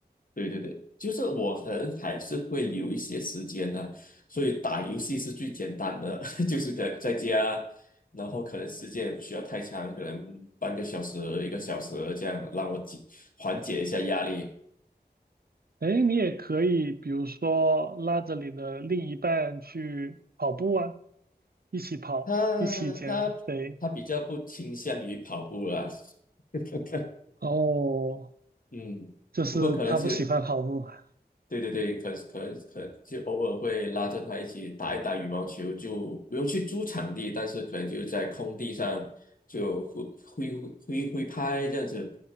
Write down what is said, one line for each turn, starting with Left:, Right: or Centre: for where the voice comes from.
Left: 对对对，就是我可能还是会留一些时间呢、所以打游戏是最简单的，<laughs> 就是可在家，然后可能时间也不需要太长，可能半个小时、一个小时这样，让我解缓解一下压力。
Right: 哎，你也可以，比如说拉着你的另一半去跑步啊，一起跑，
Left: 他他他比较不倾向于跑步啦，
Right: 一起减肥。
Left: <laughs>
Right: 哦，
Left: 嗯，
Right: 就是他不喜欢跑步啊。
Left: 不过可能是对对对，可可可，就偶尔会拉着他一起打一打羽毛球，就不用去租场地，但是可能就在空地上就挥挥挥挥拍这样子，